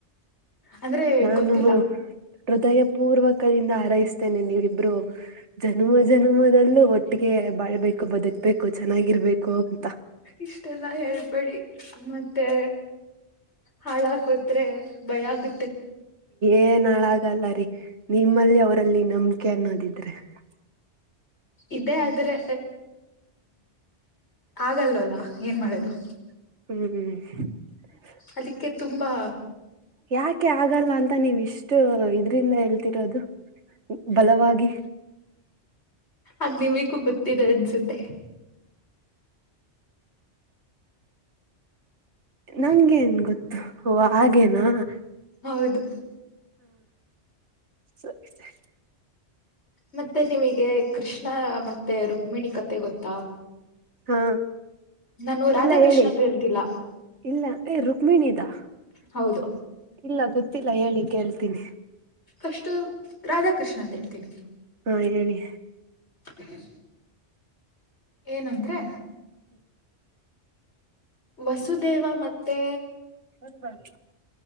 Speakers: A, on the left; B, on the right.
A: ಅಂದ್ರೆ
B: ನಾನು
A: ಗೊತ್ತಿಲ್ಲ.
B: ಹೃದಯ ಪೂರ್ವಕದಿಂದ ಹಾರೈಸ್ತೇನೆ ನೀವಿ ಇಬ್ರು. ಜನ್ಮ ಜನ್ಮದಲ್ಲೂ ಒಟ್ಟಿಗೆ. ಬಬೇಕು ಬದ. ಬೇಕು ಚೆನ್ನಾಗಿರ್ಬೇಕು ಅಂತ.
A: ಇಷ್ಟೆಲ್ಲಾ ಹೇಳ್ಬೇಡಿ ಮತ್ತೆ ಹಾಳ ಹಾಕೋದೆ ಭಯ ಆಗ.
B: ಏನ್ಳ. ಲ್ಲ ರ. ನಿಮ್ಮಲ್ಲಿ ಅವರಲ್ಲಿ ನಂಬಿಕೆ ಅನ್ನೋದಿಲ್ಲ. ಹ್ಮ್ಮ್.
A: ಇದೇ ಆದ್ರೆ ಆಗಲ್ವಲ್ಲ ಏನ್ ಮಾಡದು.
B: ಹ್ಮ್ ಹ್ಮ್. ಹ್ಮ್ಮ್.
A: ಅದಕ್ಕೆ ತುಂಬಾ.
B: ಯಾಕೆ ಆಗಲ್ಲ ಅಂತ ನೀವ್ ಇಷ್ಟು ಇದ್ರಿಂದ ಹೇಳ್ತೀ. ರದು ಬಲವಾಗಿ.
A: ಅ್ ನಿಮಗೂ ಗೊತ್ತಿದೆ ಅನ್ಸುತ್ತೆ.
B: ನಂ ನ್ ಗೊತ್ತು ಓ ಹಾಗೇನಾ. ಹಾ.
A: ಹೌದು.
B: ಸರಿ ಸರಿ.
A: ಮತ್ತೆ ನಿಮಗೆ ಕೃಷ್ಣ ಮತ್ತೆ ರುಕ್ಮಿಣಿ ಕತೆ ಗೊತ್ತಾ.
B: ಹಾ.
A: ನಾನು ರಾಧಾಕೃಷ್ಣ
B: ಇಲ್ಲ ಹೇಳಿ
A: ಅಂತ ಹೇಳ್ತಿಲ್ಲ.
B: ಇಲ್ಲ ಏ ರುಕ್ಮಿಣಿದಾ.
A: ಹೌದು.
B: ಇಲ್ಲ ಗೊತ್ತಿಲ್ಲ ಹೇಳಿ. ಕೇಳ್ತೀನಿ.
A: ಅಷ್ಟ. ರಾಧಾಕೃಷ್ಣ ಅಂತ ಹೇಳ್ತೀನಿ.
B: ಹಾ ಹೇಳಿ
A: ಹ್ಮ. ಏನಂದ್ರೆ. ವಸುದೇವ ಮತ್ತೆ.
B: ಹ ಸರಿ.